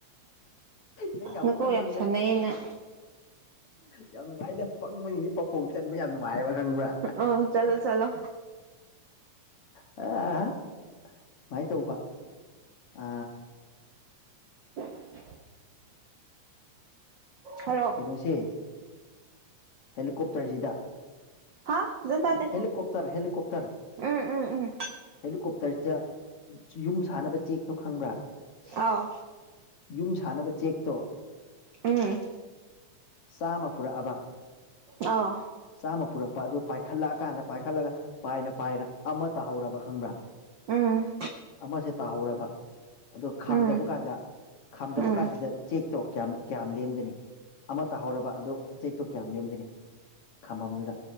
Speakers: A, on the left (about 55°); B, on the right (about 80°).
A: ꯅꯪ ꯌꯥꯝꯄꯪꯉꯤꯗ
B: ꯅꯀꯣꯛ ꯌꯥꯝ ꯁꯥꯟꯅꯩꯌꯦꯅ
A: ꯌꯥꯝ ꯅꯨꯡꯉꯥꯏꯗ ꯄꯪꯕꯅꯤꯡꯁꯦ ꯄꯥꯈꯣꯡ ꯆꯟꯕ ꯌꯥꯝ ꯅꯨꯡꯉꯥꯏ ꯈꯪꯕ꯭ꯔ
B: ꯑ ꯆꯠꯂꯣ ꯆꯠꯂꯣ
A: ꯑ ꯁꯨꯃꯥꯏꯅ ꯇꯧꯕ ꯑ
B: <inaudible> ꯍꯜꯂꯣ
A: ꯀꯩꯅꯣꯁꯦ ꯍꯦꯂꯤꯀꯣꯞꯇꯔꯁꯤꯗ
B: ꯍꯥ ꯐꯖꯅ ꯇꯥꯗꯦ
A: ꯍꯦꯂꯤꯀꯣꯄꯇꯔ ꯍꯦꯂꯤꯀꯣꯄꯇꯔ
B: ꯎꯝ ꯎꯝ ꯎꯝ
A: ꯍꯦꯂꯤꯀꯣꯄꯇꯔ ꯌꯨꯝ ꯁꯥꯟꯅꯕ ꯆꯦꯛꯇꯣ ꯈꯪꯕ꯭ꯔꯥ
B: ꯑꯥꯎ
A: ꯌꯨꯝ ꯁꯥꯟꯅꯕ ꯆꯦꯛꯇꯣ
B: ꯎꯝ
A: ꯆꯥꯝꯃ ꯄꯨꯔꯛꯑꯕ
B: ꯑꯥꯎ
A: ꯆꯥꯝꯃ ꯄꯨꯔꯛꯄ ꯑꯗꯨ ꯄꯥꯏꯈꯠꯂꯛ ꯀꯥꯟꯗ ꯄꯥꯏꯈꯠꯂꯒ ꯄꯥꯏꯅ ꯄꯥꯏꯅ ꯑꯃ ꯇꯥꯍꯧꯔꯕ ꯈꯪꯕ꯭ꯔꯥ
B: ꯎꯝ
A: ꯑꯃꯁꯦ ꯇꯥꯍꯧꯔꯕ ꯑꯗꯣ ꯈꯥꯝꯗꯕ
B: ꯎꯝ
A: ꯀꯥꯟꯗ ꯈꯥꯝꯗꯕ
B: ꯎꯝ
A: ꯀꯥꯟꯁꯤꯗ ꯆꯦꯛꯇꯣ ꯀꯌꯥꯃꯨꯛ ꯀꯌꯥꯝ ꯂꯦꯝꯒꯅꯤ ꯑꯃ ꯇꯥꯍꯧꯔꯕ ꯑꯗꯣ ꯆꯦꯛꯇꯣ ꯀꯌꯥꯝ ꯂꯦꯝꯒꯅꯤ ꯈꯝꯕꯝꯗꯨꯗ